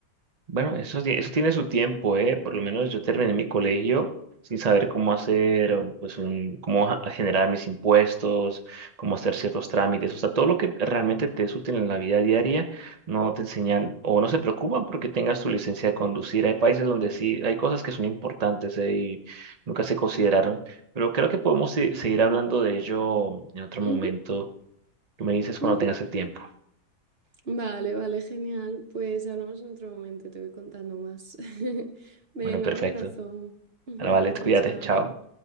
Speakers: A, on the right (about 85°); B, on the right (about 50°).
A: Bueno, eso, ti- eso tiene su tiempo, ¿eh? Por lo menos yo terminé mi colegio sin saber cómo hacer, o, pues, un- cómo a- generar mis impuestos, cómo hacer ciertos trámites. O sea, todo lo que realmente te es útil en la vida diaria, no te enseñan o no se preocupan porque tengas tu licencia de conducir. Hay países donde sí, hay cosas que son importantes, ¿eh? y nunca se consideraron. Pero creo que podemos se- seguir hablando de ello en otro
B: Ujú,
A: momento. Tú me dices cuando
B: ujú.
A: tengas el tiempo.
B: Vale, vale, genial. Pues hablamos en otro momento, te voy contando más. <laughs> Venga,
A: Bueno, perfecto.
B: un abrazo. <laughs>
A: Ahora vale, cuídate,
B: Chao, chao.
A: chao.